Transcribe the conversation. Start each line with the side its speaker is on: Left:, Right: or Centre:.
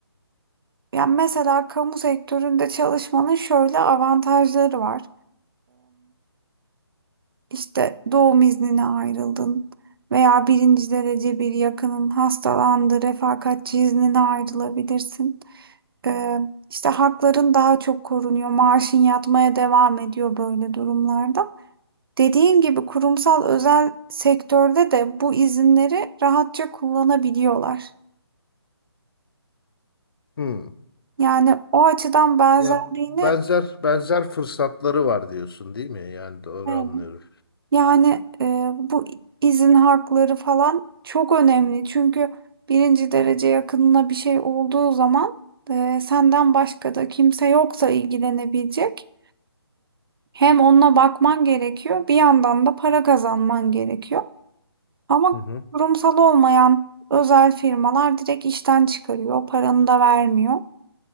Right: yani mesela kamu sektöründe çalışmanın şöyle avantajları var. İşte doğum iznine ayrıldın veya birinci derece bir yakının hastalandı, refakatçi iznine ayrılabilirsin. Ee, işte hakların daha çok korunuyor, maaşın yatmaya devam ediyor böyle durumlarda. Dediğin gibi kurumsal özel sektörde de bu izinleri rahatça kullanabiliyorlar.
Left: Hmm.
Right: Yani o açıdan benzerliğini
Left: Yani benzer benzer fırsatları var diyorsun değil mi? Yani doğru
Right: evet,
Left: anlıyorum.
Right: Yani e, bu izin hakları falan çok önemli. Çünkü birinci derece yakınına bir şey olduğu zaman e, senden başka da kimse yoksa ilgilenebilecek. Hem onunla bakman gerekiyor, bir yandan da para kazanman gerekiyor. Ama
Left: Hı hı.
Right: kurumsal olmayan özel firmalar direkt işten çıkarıyor, paranı da vermiyor.